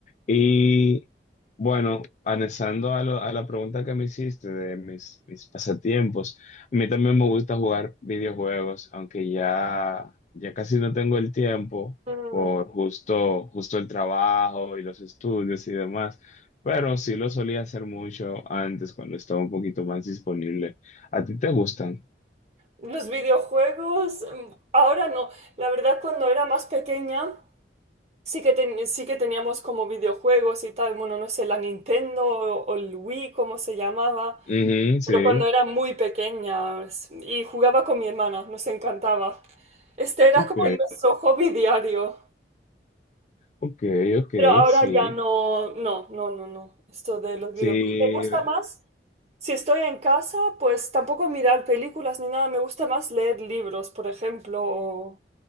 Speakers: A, on the left; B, on the right.
A: Y bueno, anexando a, lo- a la pregunta que me hiciste de mis, mis pasatiempos, a mí también me gusta jugar videojuegos, aunque ya, ya casi no tengo el tiempo
B: Mm,
A: por justo, justo el trabajo y los estudios y demás, pero sí lo solía hacer mucho antes cuando estaba un poquito más disponible. ¿A ti te gustan?
B: Los videojuegos, mm, ahora no. La verdad, cuando era más pequeña, sí que, ten- sí que teníamos como videojuegos y tal. Bueno, no sé, la Nintendo o, o el Wii, como se llamaba.
A: Ujú, sí.
B: pero cuando era muy pequeña es- y jugaba con mi hermana, nos encantaba. Este era
A: Ok,
B: como nuestro hobby diario,
A: ok, ok,
B: pero ahora
A: sí,
B: ya no, no, no, no, no. Esto de los
A: sí,
B: videojuegos me gusta más. Si estoy en casa, pues tampoco mirar películas ni nada, me gusta más leer libros, por ejemplo, o,